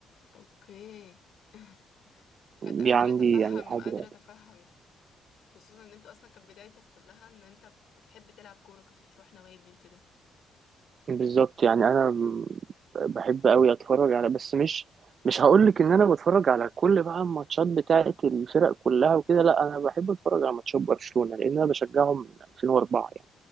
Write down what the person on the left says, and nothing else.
اوكي <laughs> قد- قادرة
أتفهم
قادرة
أتفهم خصوصا إن أنت أصلا كانت بدايتك كلها إن أنت بتحب تلعب كورة كنت بتروح نوادي وكده